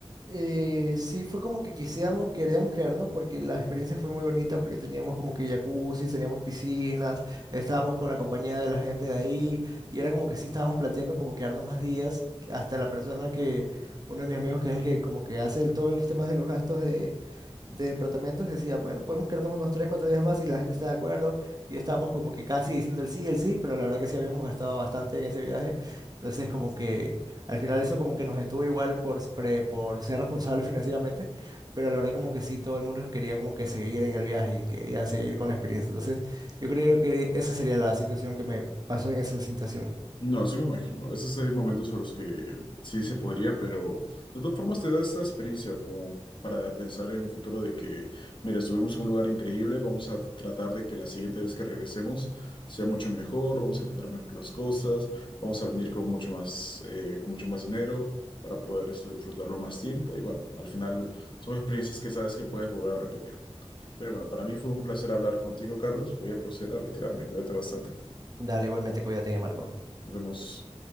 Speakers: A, on the right; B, on the left.
A: eh, sí fue como que quisiéramos, queríamos quedarnos porque la experiencia fue muy bonita, porque teníamos como que jacuzzi, teníamos piscinas, estábamos con la compañía de la gente de ahí, y era como que sí estábamos planteando como quedarnos más días, que hasta la persona que, uno de mis amigos que es el que como que hace el- todos los temas de los gastos de, de departamentos decía, bueno, podemos quedarnos unos 3 4 días más y la gente está de acuerdo. Y estábamos como que casi diciendo el sí, el sí, pero la verdad que sí habíamos gastado bastante en ese viaje. Entonces como que al final eso como que nos detuvo igual por, s- pre- por ser responsables <laughs> financieramente, pero la verdad como que sí, todo el mundo quería como que seguir en el viaje y quería seguir con la experiencia. Entonces yo creo que esa sería la situación que me pasó en esa situación.
B: No, sí me imagino. A veces hay momentos en los que sí se podría, pero de todas formas te da esa experiencia como para pensar en un futuro de que, mira, estuvimos en un lugar increíble, vamos a tratar de que la siguiente vez que regresemos sea mucho mejor, vamos a aprender mejor las cosas, vamos a venir con mucho más, eh, con mucho más dinero para poder esto disfrutarlo más tiempo. Y bueno, al final son experiencias que sabes que puedes volver a repetir. Pero bueno, para mí fue un placer hablar contigo, Carlos. Voy a proceder a retirarme. Cuídate bastante.
A: Dale, igualmente, cuídate, Marco.
B: Nos vemos.